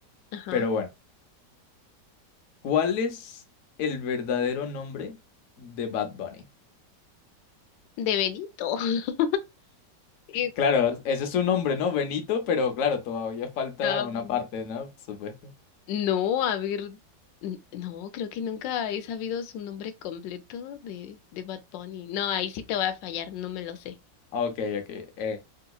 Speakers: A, on the left (about 85°); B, on the left (about 60°).
A: Ajá.
B: Pero bueno, ¿cuál es el verdadero nombre de Bad Bunny?
A: De Benito. <laughs> Este,
B: Claro, ese es su nombre, ¿no? Benito, pero claro, todavía falta
A: am,
B: una parte, ¿no? Por supuesto.
A: no, a ver, n- no, creo que nunca he sabido su nombre completo de, de Bad Bunny. No, ahí sí te voy a fallar, no me lo sé.
B: Ah, Ok, ok. Eh,